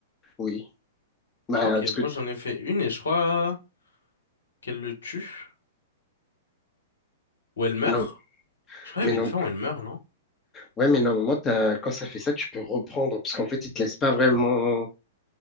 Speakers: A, on the left; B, on the left.
A: Oui. Bah,
B: Ok,
A: parce que
B: moi j'en ai fait une et je crois qu'elle le tue. Ou elle meurt?
A: mais non,
B: Je crois
A: mais
B: qu'il y
A: non,
B: avait une fin où elle meurt, non?
A: ouais, mais normalement, t'as- quand ça fait ça, tu peux reprendre parce qu'en fait, ils te laissent pas vraiment